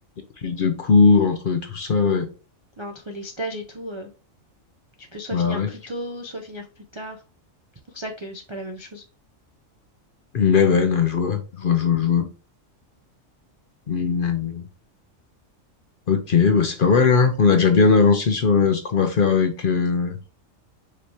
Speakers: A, on the left; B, on the right.
A: plus de cours, entre tout ça, ouais.
B: Bah, entre les stages et tout, euh, tu peux soit
A: Bah
B: finir
A: ouais.
B: plus tôt, soit finir plus tard. C'est pour ça que c'est pas la même chose.
A: Mais ouais, non, je vois, je vois, je vois, je vois. Hmm, Ok, bah c'est pas mal, hein. On a déjà bien avancé sur euh, ce qu'on va faire avec, euh,